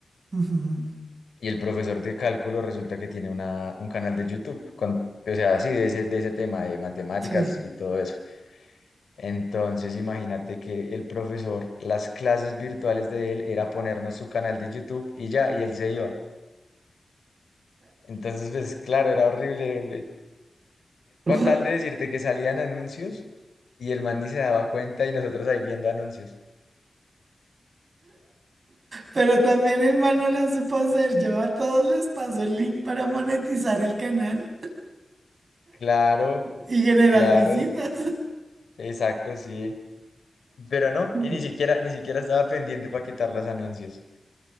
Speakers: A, on the right; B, on the left.
A: Ujú,
B: y el profesor de cálculo resulta que tiene una, un canal de YouTube con, o sea, así de ese, de ese tema de matemáticas
A: Sí.
B: y todo eso. Entonces, imagínate que el profesor, las clases virtuales de él era ponernos su canal de YouTube y ya, y él se iba. Entonces, pues claro, era horrible. eh,
A: <laughs>
B: Con tal de decirte que salían anuncios y el man ni se daba cuenta y nosotros ahí viendo anuncios.
A: Pero también el man no la supo hacer. Yo a todos les paso el link para monetizar el canal
B: Claro,
A: y generar
B: claro,
A: visitas.
B: exacto, sí. Pero no,
A: <laughs>
B: y ni siquiera, ni siquiera estaba pendiente para quitar los anuncios.